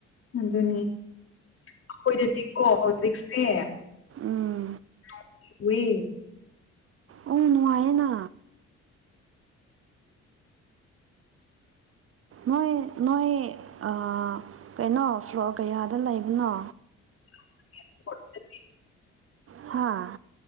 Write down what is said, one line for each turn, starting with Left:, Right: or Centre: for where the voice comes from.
Left: ꯑꯗꯨꯅꯤ ꯑꯩꯈꯣꯏꯗꯗꯤꯀꯣ ꯍꯧꯖꯤꯛꯁꯦ
Right: ꯎꯝ
Left: ꯅꯣ <unintelligible> ꯋꯦ
Right: ꯑꯣ ꯅꯨꯡꯉꯥꯏꯌꯦꯅ ꯅꯣꯏ ꯅꯣꯏ ꯑꯥ ꯀꯩꯅꯣ ꯐ꯭ꯂꯣꯔ ꯀꯌꯥꯗ ꯂꯩꯕꯅꯣ
Left: <unintelligible>
Right: ꯍꯥꯥ